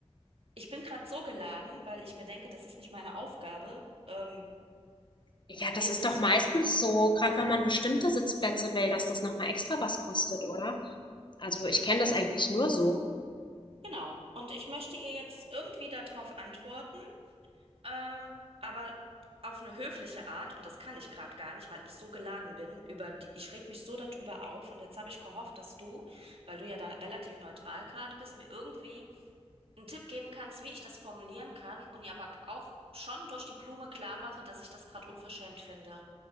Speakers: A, on the right (about 60°); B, on the left (about 45°).
A: Ich bin gerade so geladen, weil ich mir denke, das ist nicht meine Aufgabe. Ähm,
B: Ja, das
A: jetzt,
B: ist doch meistens so, gerade wenn man bestimmte Sitzplätze will, dass das nochmal extra was kostet, oder? Also ich kenne das eigentlich nur so.
A: genau. Und ich möchte ihr jetzt irgendwie darauf antworten. Ähm, aber auf eine höfliche Art, und das kann ich gerade gar nicht, weil ich so geladen bin, über die, ich reg mich so darüber auf und jetzt habe ich gehofft, dass du, weil du ja da relativ neutral gerade bist, mir irgendwie einen Tipp geben kannst, wie ich das formulieren kann und ihr aber auch schon durch die Blume klar mache, dass ich das gerade unverschämt finde.